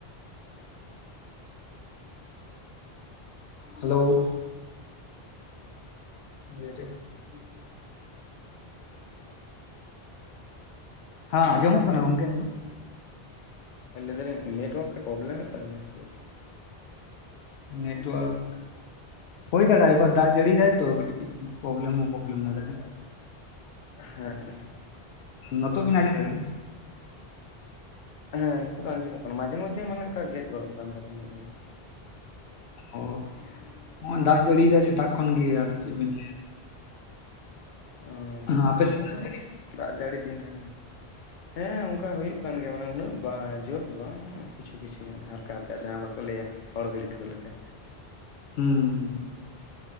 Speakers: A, on the left; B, on the left.
A: ᱦᱮᱞᱳᱻ <unintelligible> ᱦᱟᱸ, ᱟᱸᱡᱚᱢᱚᱜ ᱠᱟᱱᱟ ᱜᱚᱝᱠᱮ ᱱᱤᱛᱳᱜ?
B: ᱞᱟᱹᱭ ᱫᱟᱞᱤᱧ ᱱᱮᱴᱳᱣᱟᱨᱠ ᱯᱨᱚᱵᱞᱮᱢ ᱮᱫ ᱛᱟᱵᱮᱱᱟ ᱥᱮ ᱪᱮᱫ?
A: ᱱᱮᱴᱣᱟᱨᱠ ᱦᱳᱭ ᱫᱟᱲᱮᱭᱟᱜ-ᱟ, ᱮ ᱵᱟᱛ ᱫᱟᱜ ᱡᱟᱲᱤ ᱫᱟᱭ ᱛᱚ ᱠᱟᱴᱤᱡ ᱯᱨᱚᱵᱞᱮᱢ ᱦᱚᱸ ᱯᱨᱚᱵᱞᱮᱢ ᱫᱟᱲᱮᱜ-ᱟ ᱾
B: ᱦᱮᱸᱻ
A: ᱱᱚᱛᱳᱜ ᱵᱮᱱ ᱟᱸᱡᱚᱢ ᱫᱟ ᱵᱮᱱ?
B: ᱦᱮᱸ ᱱᱤᱛᱳᱜ ᱫᱚ ᱟᱸᱡᱚᱢᱚᱜ ᱠᱟᱱᱟ᱾ ᱢᱟᱡᱷᱮ ᱢᱚᱫᱷᱮ ᱢᱟᱱᱮ ᱚᱱᱠᱟ ᱜᱮᱫ ᱜᱚᱫᱚᱜ ᱠᱟᱱ ᱛᱟᱵᱮᱱᱟ᱾
A: ᱚ, ᱦᱚᱸᱜ-ᱚᱭ ᱫᱟᱜ ᱡᱟᱹᱲᱤᱭ ᱮᱫᱟᱭ ᱥᱮᱛᱟᱜ ᱠᱷᱚᱱ ᱜᱮ ᱟᱨ ᱪᱮᱫ ᱵᱤᱱ
B: ᱚ
A: ᱞᱟᱹᱭᱟ ᱟᱯᱮ ᱥᱮᱫ
B: ᱟᱫᱚ
A: ᱫᱟᱜ ᱡᱟᱹᱲᱤ
B: ᱫᱟᱜ ᱡᱟᱹᱲᱤ ᱫᱤᱱ ᱠᱟᱱ ᱜᱮᱭᱟ᱾ ᱦᱮᱸ ᱚᱱᱠᱟ ᱦᱩᱭᱩᱜ ᱠᱟᱱ ᱜᱮᱭᱟ ᱢᱟᱱᱮ ᱩᱱᱟᱹᱜ ᱵᱟ ᱡᱳᱨ ᱫᱚ ᱵᱟᱝ ᱠᱤᱪᱷᱩ ᱠᱤᱪᱷᱩ ᱦᱟᱞ ᱠᱟ ᱦᱟᱞᱠᱟ ᱡᱟᱦᱟᱸ ᱵᱟᱠᱚ ᱞᱟᱹᱭᱼᱟ ᱦᱚᱲ ᱵᱷᱤᱲᱠᱟᱹᱣ ᱞᱮᱠᱟ᱾
A: ᱦᱩᱸ